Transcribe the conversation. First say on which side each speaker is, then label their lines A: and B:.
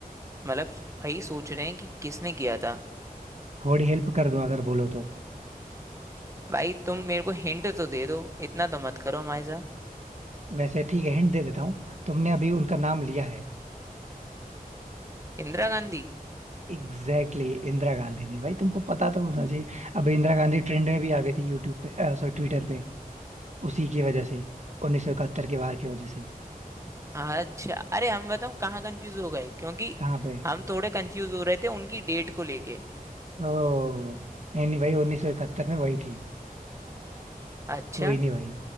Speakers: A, on the right; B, on the right.
A: मतलब वही सोच रहे हैं कि किसने किया था
B: थोड़ी हेल्प कर दूं अगर बोलो तो
A: भाई तुम मेरे को हिंट तो दे दो इतना तो मत करो हमारे साथ
B: वैसे ठीक है हिंट दे देता हूँ तुमने अभी उनका नाम लिया है
A: इंदिरा गांधी
B: एग्जैक्टली exactly, इंदिरा गांधी ने भाई तुमको पता तो होना चाहिए अभी इंदिरा गांधी ट्रेंड में भी आ गई थी यूट्यूब पे सॉरी ट्विटर पे उसी की वजह से उन्नीस सौ इकहत्तर के वार की वजह से
A: अच्छा अरे हम बताऊं कहाँ कंफ्यूज हो गए क्योंकि
B: कहाँ पे
A: हम थोड़े कंफ्यूज हो रहे थे उनकी डेट को लेके
B: ओ नहीं नहीं भाई उन्नीस सौ इकहत्तर में वही थी
A: अच्छा
B: कोई नहीं भाई